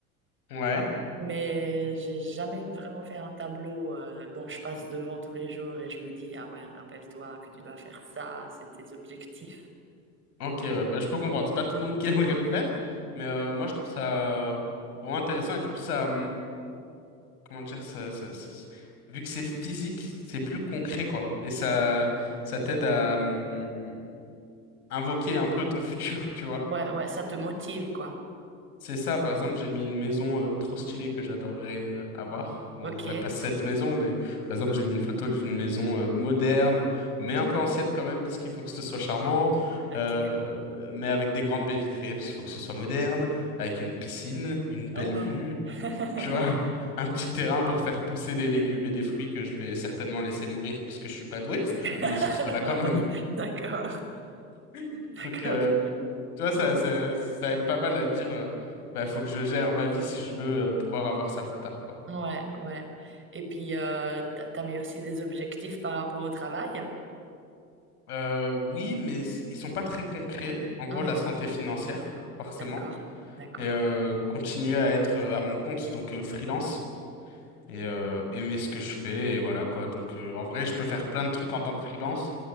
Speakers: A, on the left (about 75°); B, on the right (about 25°).
A: Ouais,
B: Mais j'ai jamais vraiment fait un tableau euh, dont je passe devant tous les jours et je me dis, ah ouais, rappelle-toi que tu dois faire ça, c'est tes objectifs.
A: ok, ouais, bah, je peux comprendre. C'est pas tout le monde qui aimerait le faire, mais euh, moi je trouve ça vraiment intéressant et du coup ça, comment dire, ça, ça- ça- ça- vu que c'est physique, c'est plus concret, quoi. Et ça, ça t'aide à hum, invoquer un peu ton <laughs> futur, tu vois.
B: Ouais, ouais, ça te motive, quoi.
A: C'est ça, par exemple, j'ai mis une maison euh, trop stylée que j'adorerais euh, avoir. Bon,
B: Ok,
A: j'aurais pas cette maison, mais par exemple, j'ai mis une photo d'une maison euh, moderne, mais un peu ancienne quand même, parce qu'il faut que ce soit charmant,
B: ok.
A: euh, mais avec des grandes baies vitrées, parce qu'il faut que ce soit moderne, avec une piscine, une belle
B: Oh.
A: vue.
B: <laughs>
A: Tu vois, <laughs> un petit terrain pour faire pousser des légumes et des fruits que je vais certainement laisser mourir parce que je suis pas doué, mais
B: Alors,
A: ce sera là quand même.
B: D'accord,
A: <laughs>
B: d'accord.
A: Donc, euh, tu vois, ça, ça, ça aide pas mal à te dire, euh, bah, faut que je gère ma vie si je veux euh, pouvoir avoir ça plus tard, quoi.
B: Ouais, ouais. Et puis, euh, t'as t'as mis aussi des objectifs par rapport au travail?
A: Euh, oui, mais s- ils sont pas très concrets. En gros,
B: Mhm.
A: la santé financière, forcément,
B: D'accord, d'accord.
A: et euh, continuer à être euh, à mon compte, donc euh, freelance, et euh, aimer ce que je fais, et voilà, quoi. Donc, euh, en vrai, je peux faire plein de trucs en tant que freelance